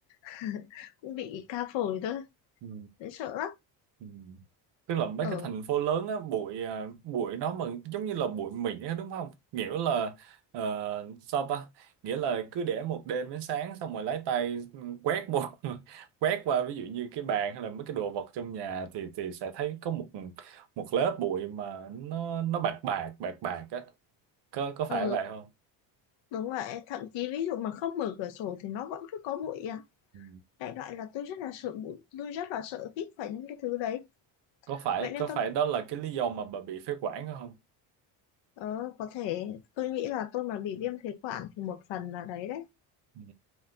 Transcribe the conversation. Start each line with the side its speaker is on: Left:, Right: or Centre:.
Left: <laughs> cũng bị ca phổi thôi
Right: ừ
Left: thấy sợ lắm
Right: Ừ. Tức là mấy
Left: ờ
Right: cái thành phố lớn á, bụi à, bụi nó mà giống như là bụi mịn á đúng không? Nghĩa là ờ, sao ta? Nghĩa là cứ để một đêm đến sáng xong rồi lấy tay quét một <laughs> quét qua ví dụ như cái bàn hay là mấy cái đồ vật trong nhà thì thì sẽ thấy có một một lớp bụi mà nó nó bạc bạc bạc bạc á. Có có phải
Left: ờ
Right: vậy không?
Left: đúng vậy thậm chí ví dụ mà không mở cửa sổ thì nó vẫn cứ có bụi à
Right: Ừ.
Left: đại loại là tôi rất là sợ bụi tôi rất là sợ hít phải những cái thứ đấy
Right: Có phải
Left: vậy nên
Right: có phải
Left: tôi
Right: đó là cái lý do mà bà bị phế quản không?
Left: ờ, có thể tôi nghĩ là tôi mà bị viêm phế quản thì một phần là đấy đấy
Right: Ừ.